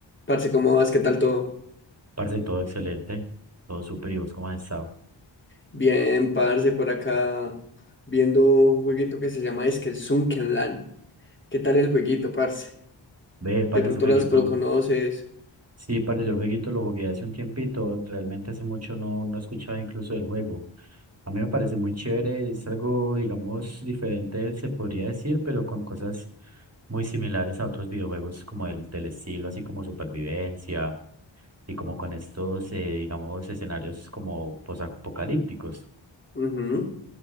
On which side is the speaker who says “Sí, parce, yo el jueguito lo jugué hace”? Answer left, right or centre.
Right